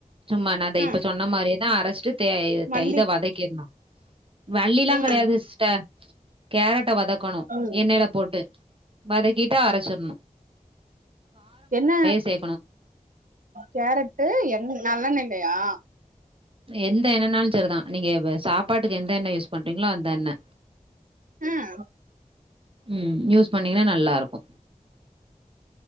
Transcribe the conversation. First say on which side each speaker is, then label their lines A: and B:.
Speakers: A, on the right (about 40°); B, on the right (about 75°).
A: சும்மா ந தே
B: ம்
A: இப்ப சொன்ன மாதிரியேதா அரச்சாட்டு தே
B: மல்லி
A: தை இத வதைக்கிடணு வள்ளிலா
B: ம்
A: கெடையாது சிஸ்டர் கேரட்ட வதக் கணு
B: ம்
A: எண்ணெயில போட்டு வதக்கிட்டா அரைச்சிர்ணு
B: என்ன
A: சேக்கணு
B: கேரட்டு் என் நல்லெண்ய்லயா
A: எந்த என்னென்னாலு செரிதா நீங்க சாப்பாட்டுக்கு எந்த என்ன யூஸ் பண்றீங்களா அந்த என்ன
B: ம்
A: ம் யூஸ் பண்ணீங்கன்னா நல்லாருக்கு